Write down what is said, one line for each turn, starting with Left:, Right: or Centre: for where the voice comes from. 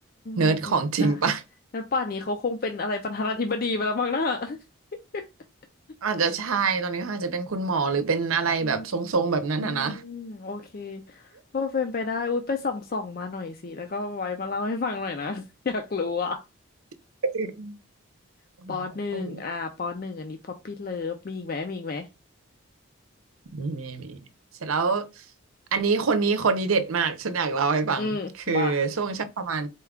Right: เนิร์ดของจริงปะ
Left: โอเคอ่ะงั้นป่านนี้เขาคงเป็นอะไรประธานาธิบดีไปแล้วมั้งนะ <laughs>
Right: <laughs> อาจจะใช่ตอนนี้เขาอาจจะเป็นคุณหมอหรือเป็นอะไรแบบทรงๆแบบนั้นนะนะ
Left: อืมโอเคก็เป็นไปได้อุ๊ยไปส่องส่องมาหน่อยสิแล้วก็ไว้มาเล่าให้ฟังหน่อยนะ <laughs> อยากรู้อ่ะ
Right: <laughs>
Left: <laughs>
Right: ต้องต้อง
Left: ปอหนึ่งอ่าปอหนึ่งอันนี้ Poppy Love มีอีกไหมมีอีกไหม
Right: มีมีมีเสร็จแล้วอันนี้คนนี้คนนี้เด็ดมาก ฉันอยากเล่าให้ฟังคือช่วงชักประมาณ
Left: อืมมา